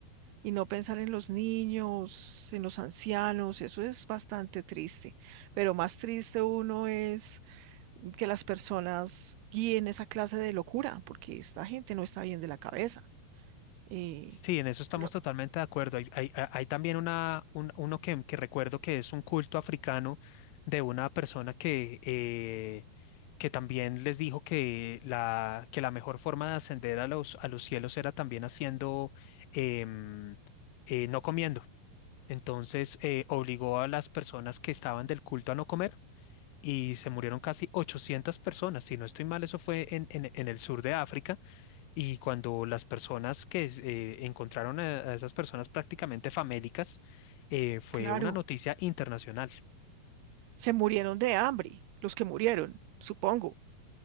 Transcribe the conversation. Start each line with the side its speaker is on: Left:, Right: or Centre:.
Right: y no pensar en los niños, en los ancianos, eso es bastante triste. Pero más triste uno es que las personas guíen esa clase de locura, porque esta gente no está bien de la cabeza. Eh,
Left: Sí, en eso estamos
Right: lo-
Left: totalmente de acuerdo. Hay, hay- a- hay también una, un- uno que, que recuerdo que es un culto africano de una persona que, eh, que también les dijo que la, que la mejor forma de ascender a los, a los cielos era también haciendo, em, eh, no comiendo. Entonces, eh, obligó a las personas que estaban del culto a no comer y se murieron casi 800 personas. Si no estoy mal, eso fue en en- en el sur de África y cuando las personas que eh, encontraron a, a esas personas prácticamente famélicas, eh, fue
Right: claro.
Left: una noticia internacional.
Right: Se murieron de hambre, los que murieron, supongo.